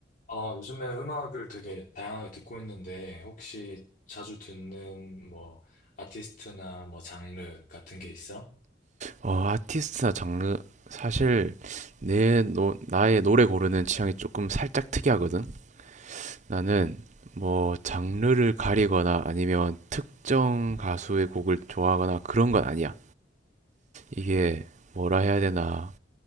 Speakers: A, on the left; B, on the right.
A: 아, 요즘에 음악을 되게 다양하게 듣고 있는데, 혹시 자주 듣는 뭐, 아티스트나 뭐, 장르 같은 게 있어?
B: 어, 아티스트나 장르 사실 내 노, 나의 노래 고르는 취향이 조금 살짝 특이하거든. 나는 뭐 장르를 가리거나 아니면 특정 가수의 곡을 좋아하거나 그런 건 아니야. 이게 뭐라 해야 되나.